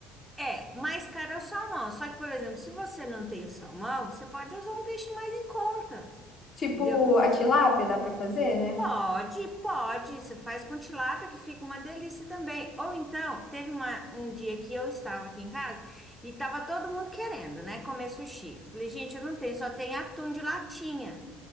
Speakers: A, in the centre; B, on the left (about 45°).
A: É, o mais caro é o salmão. Só que, por exemplo, se você não tem o salmão, você pode usar um peixe mais em conta.
B: Tipo,
A: Entendeu?
B: a tilápia dá pra fazer, né?
A: Pode, pode. Você faz com tilápia que fica uma delícia também. Ou então, teve uma- um dia que eu estava aqui em casa e estava todo mundo querendo, né, comer sushi. Falei, gente, eu não tenho, só tem atum de latinha.